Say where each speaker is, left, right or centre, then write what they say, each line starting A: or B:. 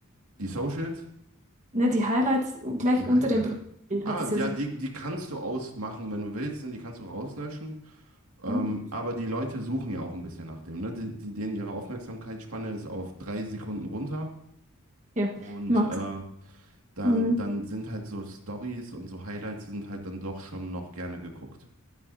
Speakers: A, on the right (about 75°); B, on the right (about 35°).
A: die Socials,
B: Ne, die Highlights gleich
A: die
B: unter
A: Highlights.
B: dem Profilbild
A: Ah,
B: hat es ja
A: ja,
B: so.
A: die, die kannst du ausmachen, wenn du willst, ne? Die kannst du rauslöschen. Ähm,
B: Mhm.
A: aber die Leute suchen ja auch ein bisschen nach dem, ne? Die, die, denen ihre Aufmerksamkeitsspanne ist auf drei Sekunden runter
B: Ja,
A: und
B: Max.
A: äh, dann,
B: Mhm.
A: dann sind halt so Stories und so Highlights sind halt dann doch schon noch gerne geguckt.